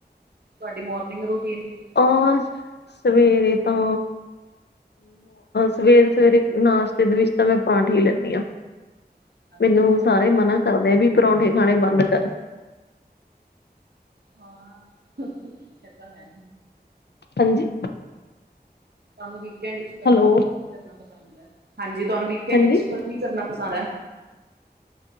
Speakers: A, on the right (about 75°); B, on the left (about 85°).
A: ਤੁਹਾਡੀ ਮੋਰਨਿੰਗ ਰੂਟੀਨ ਕੀ
B: ਅਹ ਸਵੇਰੇ ਤਾਂ ਸਵੇਰੇ -ਸਵੇਰੇ ਨਾਸ਼ਤੇ ਦੇ ਵਿੱਚ ਤਾਂ ਮੈਂ ਪਰਾਂਠੇ ਈ ਲੈਂਨੀ ਆ।
A: ਹੈ ਅੱਛਾ
B: ਮੈਨੂੰ ਸਾਰੇ ਮਨਾ ਕਰਦੇ ਆ ਵੀ ਪਰੌਂਠੇ ਖਾਣੇ ਬੰਦ ਕਰ।
A: ਹਾਂ, ਹੁਹ ਹੁ ਏ ਤਾਂ ਹੈ।
B: ਹਾਂਜੀ,
A: ਤਾਨੂੰ ਵੀਕਐਂਡ ਚ ਕਰਨਾ
B: ਹੈਲੋ
A: ਕੀ ਕਰਨਾ ਪਸੰਦ ਐ, ਹਾਂਜੀ ਤਾਨੂੰ ਵੀਕਐਂਡ
B: ਹਾਂਜੀ
A: ਚ ਕੀ ਕਰਨਾ ਪਸੰਦ ਐ।